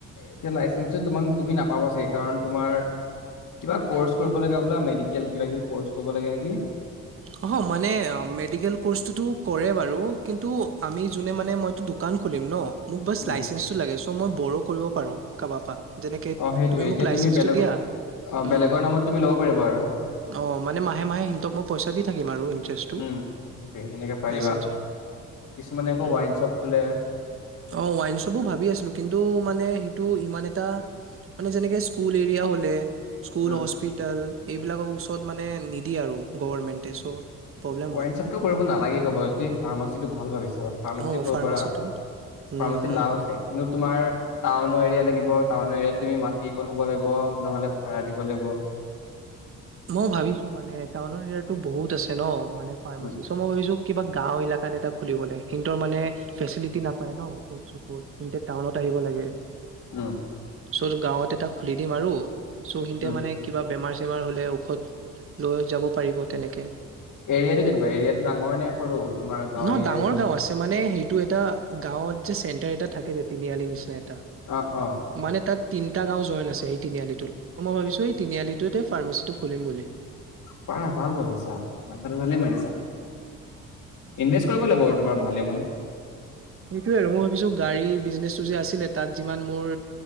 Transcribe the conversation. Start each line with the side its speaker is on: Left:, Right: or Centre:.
Left: এতিয়া লাইচেন্সটো তুমি নাপাবা। বা‌ ছাগে কাৰণ তোমাৰ কিবা কৰ্চ কৰিব লাগে বোলে মেডিকেল কিবা কিবি কৰ্চ কৰিব লাগে নেকি
Right: অহ মানে মেডিকেল কৰ্চটোতো কৰে বাৰু কিন্তু আমি জোনে মানে মইতো দুখ। দোকান খুলিম ন মোক বাছ
Left: উম
Right: লাইচেন্সটো লাগে চ' মই। বৰো কৰিব পাৰো কাৰোবাৰ পৰা। যেনেকে
Left: অ সেইটোয়ে
Right: তুমি মোক
Left: এতিয়া
Right: লাইচেন্সটো
Left: বেলেগৰ
Right: দিয়া
Left: অ
Right: উম
Left: বেলেগৰ নামত তুমি ল'ব পাৰিবা আৰু
Right: অ মানে মাহে মাহে সিহঁতক মই। পইচা দি থাকিম আৰু ইণ্টাৰেষ্টটো
Left: উম সেইটোয়ে সেনেকে পাৰিবা
Right: লাইচেন্সৰ
Left: কিছুমানে আকৌ
Right: উ
Left: ৱাইন শ্বপ খোলে
Right: অ ওৱাইন শ্বপ ভাবি আছিলো কিন্তু মানে সেইটো ইমান এটা মানে যেনেকে স্কুল এৰিয়া হলে স্কুল,
Left: উম
Right: হস্পিটেল। এইবিলাকৰ ওচৰত মানে নিদিয়ে আৰু। গভৰ্ণমেণ্টে চ' প্ৰব্লেম
Left: ৱাইন
Right: হয়
Left: শ্বপটো কৰিব নালাগে কিবজ্যোতি ফাৰ্মাচী ভাল ভাবিছা বাৰু ফাৰ্মাচী
Right: অ
Left: কৰিব
Right: ফাৰ্মাচীটো
Left: পাৰা
Right: উম
Left: ফাৰ্মাচীত লাভ আছে কিন্তু তোমাৰ টাউন টাউনৰ এৰিয়া লাগিব টাউন এৰিয়াত তুমি মাটি অকণ হ'ব লাগিব নহলে ভাড়া দিব লাগিব।
Right: মই ভাৱিছো মানে টাউনৰ এৰিয়াতো বহুত আছে ন মানে ফাৰ্মাচী
Left: উম
Right: চ মই ভাবিছো কিবাক। গাঁও এলেকাত এটা খুলিবলে সিনতৰ মানে ফেচিলিটি নাপায় ন ঔষুধ চকুত টাউনত আহিব লাগে।
Left: উম।
Right: ওচত গাঁৱত এটা খুলি দিম আৰু চ'খিনিতে
Left: উম।
Right: মানে কিবা বেমাৰ চেমাৰ হ'লে ঔষধ লৈ যাব পাৰিব তেনেকে।
Left: এৰিয়াটো কেনেকুৱা এৰিয়াটো ডাঙৰ নে? সৰু তোমাৰ গাঁৱৰ
Right: ন
Left: এৰিয়াটো?
Right: ডাঙৰ গাঁও আছে মানে সেইটো। এইটো এটা গাঁৱত যে চেণ্টাৰ এটা থাকে যে তিনিআলি নিচিনা এ।
Left: অ', অ',
Right: মানে তাত তিনিটা গাঁও জইন আছে আচ্ছা সেই তিনিআলিটোত। মই ভাবিছো সেই তিনিআলিটোতে ফাৰ্মাচিটো খুলিম বুলি।
Left: পাৰা, ভাল ভাবিছা মাথাটো ভালেই মাৰিছা। ইনভেষ্ট কৰিব লাগিব তোমাৰ। ভালেমান।
Right: সেইটোয়ে আৰু মই ভাবিছো গাড়ী বিজনেচটো যে আছিলে তাত যিমান মোৰ।